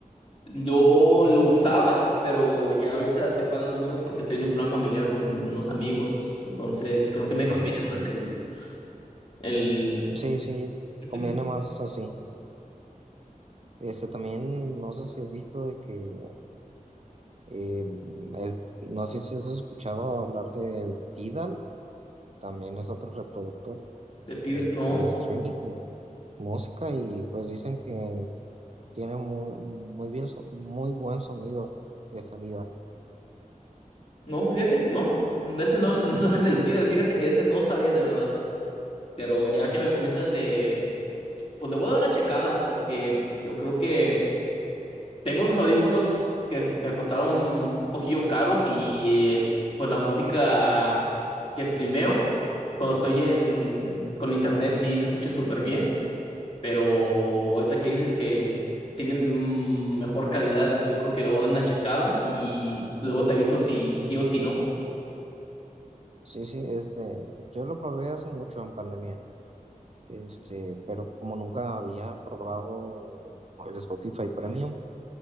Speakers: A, on the left; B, on the right.
A: yo lo usaba, pero ya ahorita estoy pagando menos porque estoy en un plan familiar con unos amigos. Entonces, creo que me <laughs> conviene
B: Ya, ya entiendo.
A: más el, el,
B: Sí, sí,
A: <laughs>
B: conviene más así. Este también, no sé si has visto de que, eh, el, no sé si has escuchado hablar del Tidal, también es otro reproductor
A: de Tidal,
B: de, s-
A: no,
B: de streaming de música y pues dicen que tiene muy, muy bien, so- muy buen sonido de salida.
A: no, fíjate, no, ese no, ese no sabía del Tidal, fíjate que ese no sabía de verdad. Pero ya que me comentas, le, pues le voy a dar una checada porque yo creo que tengo unos audífonos que me costaron un poquillo caros y eh, pues la música que streameo cuando estoy en con internet sí se escucha súper bien, pero ahorita que dices que tienen mm, mejor calidad, yo creo que le voy a dar una checada y luego te aviso si sí o si no.
B: Sí, sí, este, yo lo probé hace mucho en pandemia, este, pero como nunca había probado el Spotify Premium,